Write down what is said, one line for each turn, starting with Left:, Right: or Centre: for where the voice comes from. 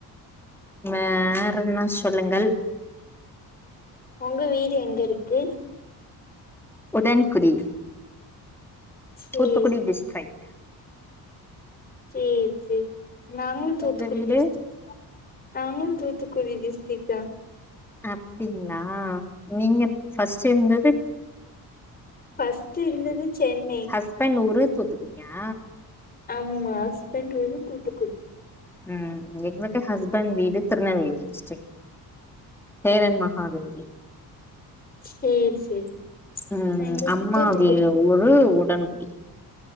Centre: வேற என்ன சொல்லுங்கள்
Left: உங்க வீடு எங்க இருக்கு
Centre: உடன்குடி
Left: சேரி
Centre: தூத்துக்குடி டிஸ்ட்ரிக்
Left: சேரி சேரி நாங்களு தூத்துக்குடி
Centre: உங்க வீடு
Left: டிஸ்ட் நாங்களு தூத்துக்குடி டிஸ்ட்ரிக்ட்தா
Centre: அப்டிங்ளா நீங்க ஃபர்ஸ்ட் இருந்தது
Left: ஃபர்ஸ்ட் இருந்தது சென்னை
Centre: ஹஸ்பண்ட் ஊரு தூத்துக்குடியா
Left: ஆமா ஹஸ்பண்ட் ஊரு தூத்துக்குடி
Centre: ம் எங்களுக்கு ஹஸ்பண்ட் வீடு திருநெல்வேலி டிஸ்ட்ரிக்ட் சேரன் மகாதேவி
Left: சேரி சேரி
Centre: ம்
Left: எங்களுக்கு
Centre: அம்மா
Left: தூத்துக்குடி
Centre: வீ ஊரு உடன்குடி